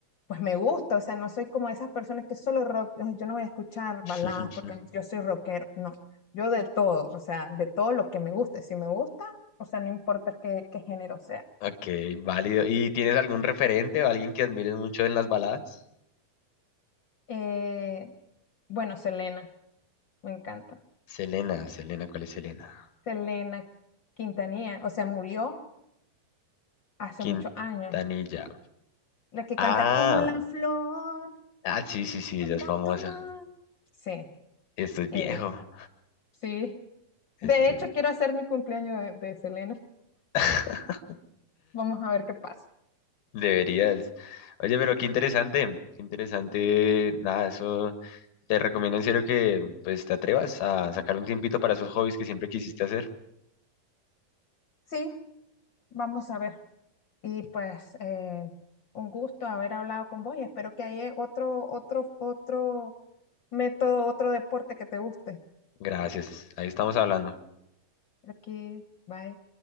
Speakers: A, on the left; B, on the left.
A: pues me gusta. O sea, no soy como esas personas que solo rock, "Ay, yo no voy a escuchar
B: <laughs>
A: baladas
B: Ujú.
A: porque yo soy rockero. No, yo de todo, o sea, de todo lo que me guste. Si me gusta, o sea, no importa qué, qué género sea.
B: Ok, válido. ¿Y tienes algún referente o alguien que admires mucho en las baladas?
A: Eh, bueno, Selena, me encanta.
B: Selena, Selena, ¿cuál es Selena?
A: Selena Quintanilla, o sea, murió hace
B: Quintanilla.
A: muchos años. La que
B: Ah,
A: canta como la flor,
B: ah, sí, sí, sí,
A: con
B: ella es
A: tanto
B: famosa.
A: amor. Sí,
B: Esto es
A: ella,
B: viejo.
A: sí. De
B: Esto-
A: hecho, quiero hacer mi cumpleaños de, de Selena.
B: <laughs>
A: Vamos a ver qué pasa.
B: Deberías. Oye, pero qué interesante, qué interesante. Nada, eso te recomiendo en serio que pues te atrevas a sacar un tiempito para esos hobbies que siempre quisiste hacer.
A: Sí, vamos a ver. Y pues, eh, un gusto haber hablado con vos y espero que haya otro, otro, otro método, otro deporte que te guste.
B: Gracias. Ahí estamos hablando.
A: Aquí, bye.